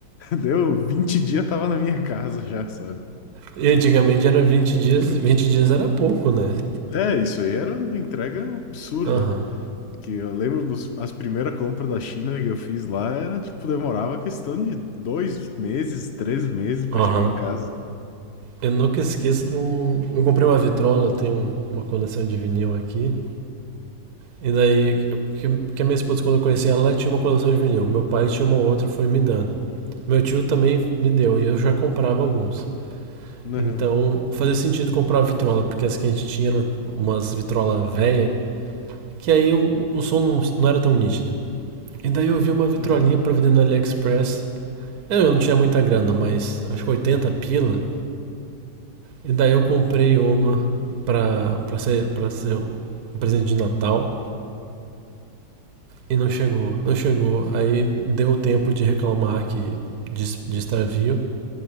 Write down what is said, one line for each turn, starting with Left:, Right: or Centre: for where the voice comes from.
Left: Deu 20 dias, tava na minha casa já, sabe?
Right: E antigamente era vinte dias. vinte dias era pouco, né?
Left: É, isso aí era uma entrega absurda.
Right: Aham.
Left: Que eu lembro dos, as primeiras compras da China que eu fiz lá, era tipo, demorava questão de dois meses, três meses pra
Right: Aham.
Left: chegar em casa.
Right: Eu nunca esqueço de um. Eu comprei uma vitrola, eu tenho um- uma coleção de vinil aqui. E daí, que, que a minha esposa, quando eu conheci ela, ela tinha uma coleção de vinil. Meu pai tinha uma outra, foi me dando. Meu tio também me deu, e eu já comprava alguns.
Left: Aham,
Right: Então, fazia sentido comprar uma vitrola, porque as que a gente tinha eram umas vitrola velha, que aí o, o som não, não era tão nítido. E daí eu vi uma vitrolinha
Left: aham.
Right: pra vender no AliExpress. Eu, eu não tinha muita grana, mas acho que 80 pila. E daí eu comprei uma pra, pra, ser, pra ser um presente de Natal. E não chegou, não chegou. Aí deu tempo de reclamar que de, de extravio.